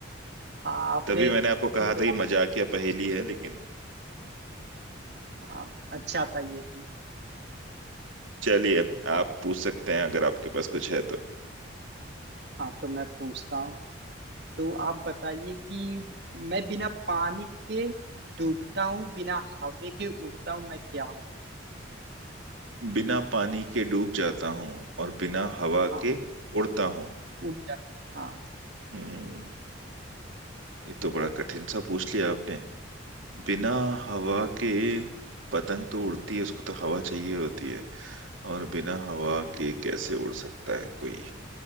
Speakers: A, on the right; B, on the right.
A: आपने
B: तभी मैंने आपको कहा
A: ये
B: था
A: थोड़ा
B: कि मजाकिया पहेली है लेकिन
A: हाँ, अच्छा था ये भी
B: चलिए आप पूछ सकते हैं अगर आपके पास कुछ है तो
A: हाँ तो मैं पूछता हूँ तो आप बताइए कि मैं बिना पानी के डूबता हूँ बिना हवा के उड़ता हूँ मैं क्या हूँ
B: बिना पानी के डूब जाता हूँ और बिना हवा
A: हाँ
B: के उड़ता हूँ
A: उड़ जा हाँ
B: हम्म ये तो बड़ा कठिन सा पूछ लिया आपने बिना हवा के पतंग तो उड़ती है उसको तो हवा चाहिए होती है और बिना हवा के कैसे उड़ सकता है कोई